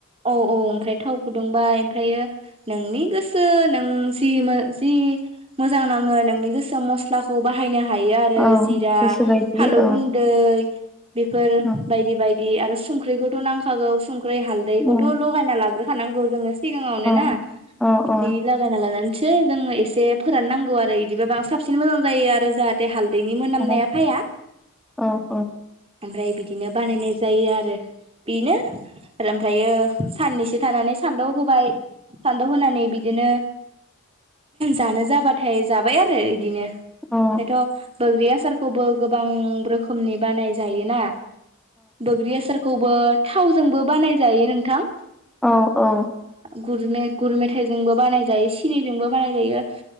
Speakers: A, on the right; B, in the centre.
A: औ औ ओमफ्राय थाव फुदुंबाय ओमफ्रायो नोंनि गोसो नों जि मो जि मोजां नाङो नों नोंनि गोसो मस्लाखौ बाहायानो हायो आरो
B: औ
A: जिरा
B: गोसोबायदि
A: फालौ
B: औ
A: गुन्दै बेफोर
B: औ
A: बायदि बाय दि आरो सुंख्रिखौथ' नांखागौ सुंख ख्रै हालदैखौथ'
B: औ
A: लगायना लाग्रो थानांगौ जोङो सिगाङावनो
B: औ
A: ना
B: औ
A: इदि
B: औ
A: लागायना लानानै सो जोङो एसे फोरान नांगौ आरो इदिबा बां साबसिन मोजां जायो आरो जाहाथे हाल दैनि मोनामनाया
B: औ
A: फाया।
B: औ औ
A: ओमफ्राय बिदिनो बानायनाय जायो आरो बेनो ओमफायो साननैसो थानानै सान्दाव होबाय सान्दाव होनानै बिदिनो जानो जाबाथाय जाबाय आरो इदिनो।
B: औ
A: बेथ बोग्रि आसारखौबो गोबां रोखोमनि बानाय जायोना? बोग्रि आसारखौबो थावजोंबो बानाय जायो नोंथां।
B: औ औ
A: गुर मे गुर मेथाइजोंबो बानाय जायो सिनिजोंबो बानाय जायो।